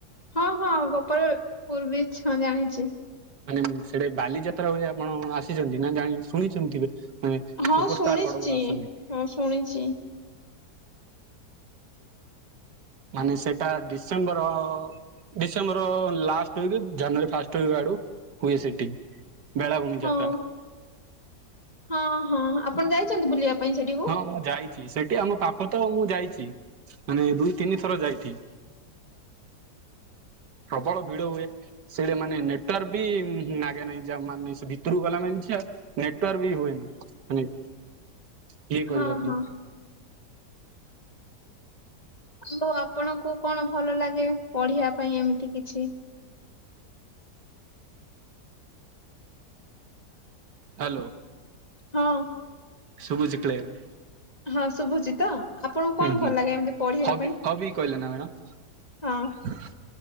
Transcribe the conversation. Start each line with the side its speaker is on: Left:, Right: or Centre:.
Left: ହଁ ହଁ ଗୋପାଳପୁର ବିଚ ହଁ ଜାଣିଛି।
Right: ମାନେ ସେଡେ ବାଲିଯାତ୍ରା ହୁଏ ଆପଣ ଆସିଛନ୍ତି ନା ଜାଣି ଶୁଣିଛନ୍ତି? ହୁ
Left: ହଁ
Right: ସୁପରଷ୍ଟାର
Left: ଶୁଣିଛି
Right: ବଡ ବଡ ଆସନ୍ତି।
Left: ହଁ ଶୁଣିଛି।
Right: ମାନେ ସେଇଟା ଡିସେମ୍ବର ଡିସେମ୍ବର ଲାଷ୍ଟ ହୁଏକି ଜାନୁଆରୀ ଫାଷ୍ଟ ହୁଇକି ଆଡୁ ହୁଏ ସେଟି। ବେଳାଭୂମି
Left: ହଁ
Right: ଯାତ୍ରା।
Left: ହଁ ହଁ ଆପଣ ଯାଇଛନ୍ତି ବୁଲିବା ପାଇଁ ସେଠି?
Right: ହଁ ମୁଁ ଯାଇଛି ସେଠି ଆମ ପାଖ ତ ମୁଁ ଯାଇଛି ମାନେ ଦୁଇ ତିନି ଥର ଯାଇଚି। ପ୍ରବଳ ଭିଡ ହୁଏ। ସେଇଟା ମାନେ ନେଟୱାର୍କ ବି ନାଗେ ନାଇଁ ଯ ମାନେ ସେ ଭିତରକୁ ଗଲା ମାନେ ଯ ନେଟୱାର୍ ବି ହୁଏ ନି କିଏ କରିବା
Left: ହଁ ହଁ
Right: ତ
Left: ଆଉ ଆପଣଙ୍କୁ କଣ ଭଲ ଲାଗେ ପଢିବା ପାଇଁ ଏମିତି କିଛି?
Right: ହାଲୋ।
Left: ହଁ।
Right: ଶୁବୁଛିି କ୍ଲେୟର।
Left: ହଁ ଶୁଭୁଚି ତ? ଆପଣଙ୍କୁ କଣ
Right: ହୁଁ ହୁଁ
Left: ଭଲ ଲାଗେ ଏମିତି ପଢିବା
Right: ହବି
Left: ପାଇଁ?
Right: ହବି କହିଲେ ନା ମ୍ୟାଡ଼ାମ୍?
Left: ହଁ